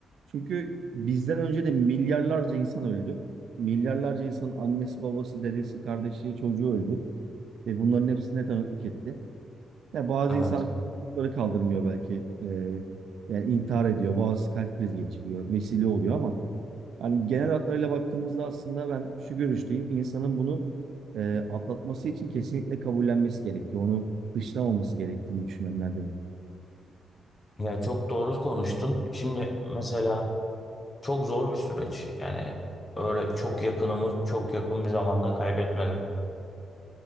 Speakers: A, on the right; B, on the left.
A: Çünkü bizden önce de milyarlarca insan öldü. Milyarlarca insanın annesi, babası, dedesi, kardeşi, çocuğu öldü. Ve bunların hepsine tanıklık etti. Ya bazı
B: Evet.
A: insanlar çocukları kaldırmıyor belki. Ee, yani intihar ediyor. Bazısı kalp krizi geçiriyor. Vesile oluyor ama hani genel hatlarıyla baktığımızda aslında ben şu görüşteyim. İnsanın bunu e, atlatması için kesinlikle kabullenmesi gerekiyor. Onu dışlamaması gerektiğini düşünenlerdenim.
B: Ya çok doğru konuştun. Şimdi mesela çok zor bir süreç. Yani öyle çok yakınımı çok yakın bir zamanda kaybetmedim.